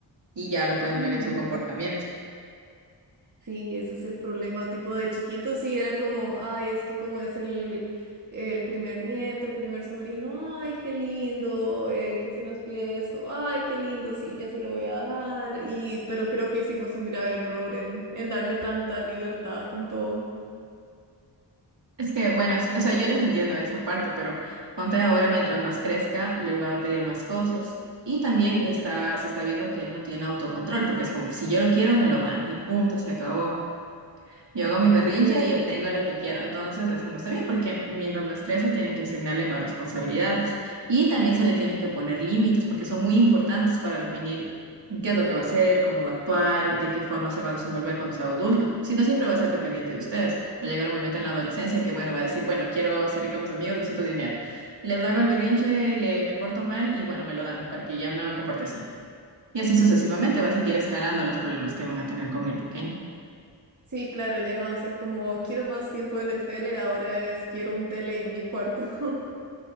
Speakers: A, on the right; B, on the right.
A: y ya lo pueden
B: ujú.
A: ver en su comportamiento.
B: Sí, ese es el problema. Tipo de chiquito, sí, era como, ay, es que como es el, el primer nieto, el primer sobrino, ay, qué lindo, eh, que si nos pide esto, ay, qué lindo, sí, ya se lo voy a dar. Y, pero creo que hicimos un grave error en, en darle tanta libertad con todo.
A: Es que, bueno, o sea, yo les entiendo esa parte, pero ponte ahora, mientras más crezca, les va a pedir más cosas. Y también está, se está viendo que él no tiene autocontrol, porque es como que si yo lo quiero, me lo dan y punto, se acabó. Yo hago mi berrinche
B: Sí,
A: y obtengo lo que quiero. Entonces, eso no está bien porque mientras más crece, tienen que asignarle más responsabilidades y también se le tienen que poner límites porque son muy importantes para definir qué es lo que va a hacer, cómo va a actuar, de qué forma se va a desenvolver cuando sea adulto. Si no, siempre va a ser dependiente de ustedes. Va a llegar un momento en la adolescencia que, bueno, va a decir, bueno, quiero salir con mis amigos, necesito dinero. Les hago el berrinche, le, me porto mal y, bueno, me lo dan para que ya no me comporte así. Y así sucesivamente va a seguir escalando los problemas que van a tener con el pequeño.
B: sí, claro, ya no va a ser como, quiero más tiempo en el tele, ahora es, quiero un tele en mi cuarto. <laughs>